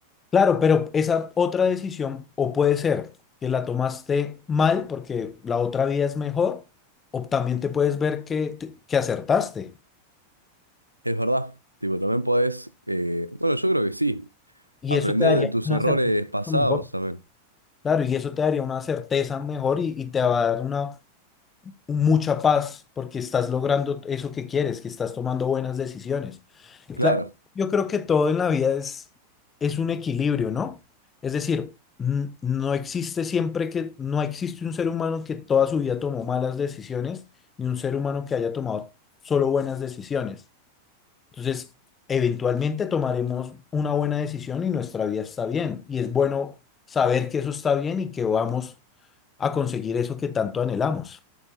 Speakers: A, on the left; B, on the right.
A: Claro, pero esa otra decisión, o puede ser que la tomaste mal porque la otra vida es mejor, o también te puedes ver que, te- que acertaste
B: Es verdad. Tipo, también podés, eh, bueno, yo creo que sí,
A: y
B: aprender
A: eso te daría
B: de tus
A: una
B: errores
A: certeza
B: pasados
A: mucho mejor.
B: también.
A: Claro, y eso te daría una certeza mejor y, y te va a dar una mucha paz porque estás logrando eso que quieres, que estás tomando buenas decisiones. Cla-
B: Claro.
A: yo creo que todo en la vida es, es un equilibrio, ¿no? Es decir, n- no existe siempre que, no existe un ser humano que toda su vida tomó malas decisiones, ni un ser humano que haya tomado solo buenas decisiones. Entonces, eventualmente tomaremos una buena decisión y nuestra vida está bien. Y es bueno saber que eso está bien y que vamos a conseguir eso que tanto anhelamos.